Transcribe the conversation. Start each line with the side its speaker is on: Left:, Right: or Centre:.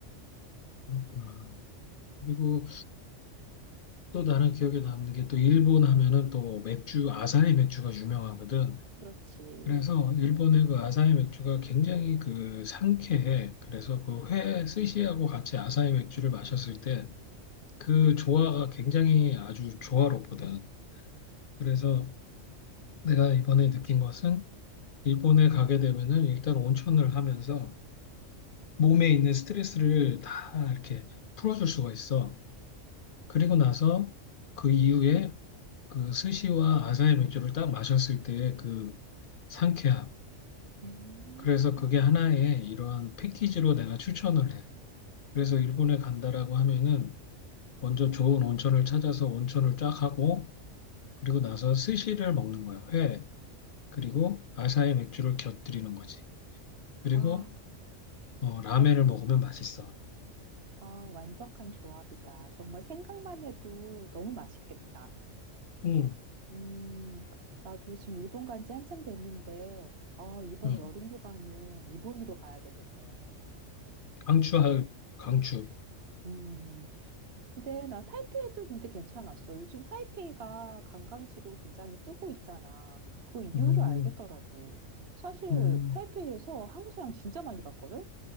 Left: 그렇구나. 그리고 또 나는 기억에 남는 게 또 일본 하면은 또 맥주, 아사히 맥주가 유명하거든.
Right: 그렇지. 음.
Left: 그래서 일본의 그 아사히 맥주가 굉장히 그 상쾌해. 그래서 그 회 스시하고 같이 아사히 맥주를 마셨을 때 그 조화가 굉장히 아주 조화롭거든. 그래서 내가 이번에 느낀 것은 일본에 가게 되면은 일단 온천을 하면서 몸에 있는 스트레스를 다 이렇게 풀어줄 수가 있어. 그리고 나서 그 이후에 그 스시와 아사히 맥주를 딱 마셨을 때의 그 상쾌함.
Right: 음.
Left: 그래서 그게 하나의 이러한 패키지로 내가 추천을 해. 그래서 일본에 간다라고 하면은 먼저 좋은 온천을 찾아서 온천을 쫙 하고 그리고 나서 스시를 먹는 거야. 회. 그리고 아사히 맥주를 곁들이는 거지. 그리고
Right: 와,
Left: 어, 라멘을 먹으면 맛있어.
Right: 아, 완벽한 조합이다. 정말 생각만 해도 너무 맛있겠다.
Left: 음,
Right: 음, 나도 지금 일본 간지 한참 됐는데, 어, 이번
Left: 음.
Right: 여름 휴가는 일본으로 가야 되겠네.
Left: 강추할 강추.
Right: 음, 근데 나 타이페이도 근데 괜찮았어. 요즘 타이페이가 관광지로 굉장히 뜨고 있잖아. 그 이유를
Left: 음,
Right: 알겠더라고. 사실
Left: 음,
Right: 타이페이에서 한국 사람 진짜 많이 봤거든?